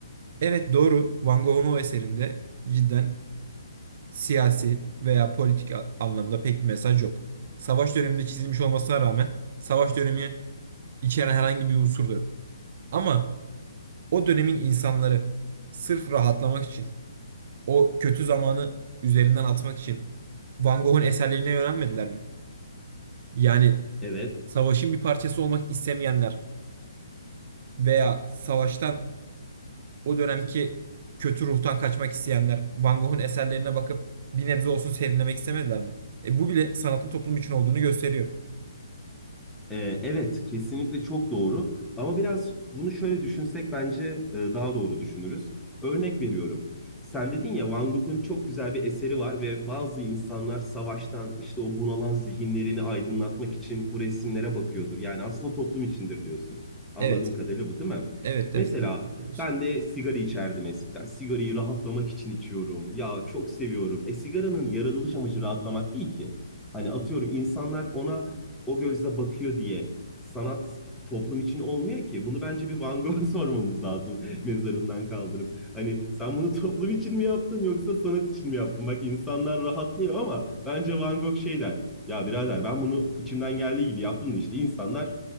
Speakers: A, on the right; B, in the centre.
A: Evet doğru Van Gogh'un o eserinde cidden siyasi veya politik a- anlamda pek bir mesaj yok. Savaş döneminde çizilmiş olmasına rağmen savaş dönemi içeren herhangi bir unsur da yok. Ama o dönemin insanları sırf rahatlamak için, o kötü zamanı üzerinden atmak için Van Gogh'un eserlerine yönelmediler mi? Yani
B: Evet,
A: savaşın bir parçası olmak istemeyenler veya savaştan o dönemki kötü ruhtan kaçmak isteyenler Van Gogh'un eserlerine bakıp bir nebze olsun serinlemek istemediler mi? E bu bile sanatın toplum için olduğunu gösteriyor.
B: Ee, evet, kesinlikle çok doğru. Ama biraz bunu şöyle düşünsek bence e, daha doğru düşünürüz. Örnek veriyorum. Sen dedin ya Van Gogh'un çok güzel bir eseri var ve bazı insanlar savaştan işte o bunalan zihinlerini aydınlatmak için bu resimlere bakıyordur. Yani aslında toplum içindir diyorsun. Anladığım
A: Evet,
B: kadarıyla bu değil mi?
A: evet,
B: Mesela
A: evet. Çok doğru söylüyorsun.
B: ben de sigara içerdim eskiden. Sigarayı rahatlamak için içiyorum. Ya çok seviyorum. E sigaranın yaratılış amacı rahatlamak değil ki. Hani atıyorum insanlar ona o gözle bakıyor diye sanat toplum için olmuyor ki. Bunu bence bir Van Gogh'a <laughs> sormamız lazım mezarından kaldırıp. Hani sen bunu toplum için mi yaptın yoksa sanat için mi yaptın? Bak insanlar rahatlıyor ama bence Van Gogh şey der. Ya birader ben bunu içimden geldiği gibi yaptım da işte insanlar